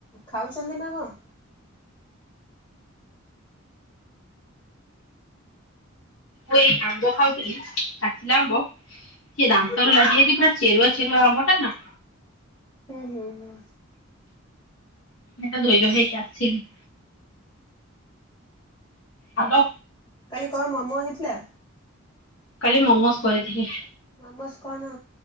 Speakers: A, on the left; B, on the left.
A: ଖାଉଛନ୍ତି ନା କଣ?
B: ମୁଁ ଏଇ ଆମ୍ବ ଖାଉଥିଲି ପାଚିଲା ଆମ୍ବ। ସିଏ ଦାନ୍ତରେ ଲାଗିଯାଇଛି ପୁରା ଚେରୁଆ ଚେରୁଆ ଆମ୍ବଟା ନା।
A: ହୁଁ ହୁଁ ହୁଁ
B: ସେଇଟା ଧୋଇଦିଅ ହେଇକି ଆସିଲି। ହ୍ୟାଲୋ
A: କାଲି କଣ ମମୋ ହେଇଥିଲା।
B: କାଲି ମୋମୋସ୍ କରିଥିଲି।
A: ମୋମସ କଣ